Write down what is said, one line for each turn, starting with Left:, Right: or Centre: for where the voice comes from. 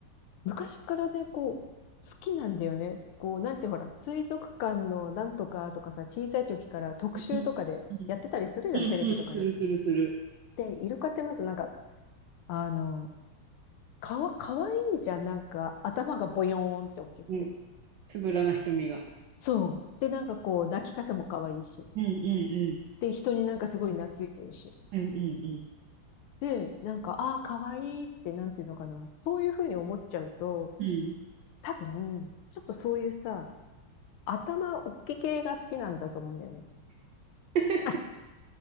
Left: 昔からね、こう、好きなんだよね。こう、なんてほら、水族館のなんとかとかさ、小さい時から特集とかでやってたりするじゃん、
Right: うんうんうんうん。
Left: テレビとかで。
Right: するするする。
Left: で、イルカってまずなんか、あの、かわ、かわいいじゃん、なんか、頭がボヨーンって大きくて。
Right: うん。つぶらな瞳が。
Left: そう。で、なんかこう、泣き方も可愛いし。
Right: うんうん
Left: で、人になんかすごい懐いてるし。
Right: うん。うんうんう
Left: で、なんか、ああ、可愛いいって、なんていうのかな。そういうふうに思っちゃうと、
Right: ん。うん。
Left: 多分、ちょっとそういうさ、頭おっきい系が好きなんだと思うんだよね。
Right: <laughs>
Left: <laughs>